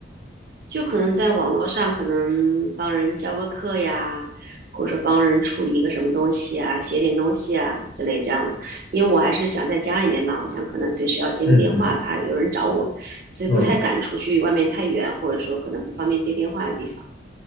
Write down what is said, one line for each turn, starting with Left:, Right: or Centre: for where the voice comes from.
Right: 就可能在网络上可能帮人教个课呀，或者说帮人处理一个什么东西啊，写点东西啊之类这样的。因为我还是想在家里面嘛，我想可能随时要接个电话，
Left: 嗯嗯
Right: 怕有人找我，所以不太敢出去外面太远，
Left: 嗯，
Right: 或者说可能不方便接电话的地方。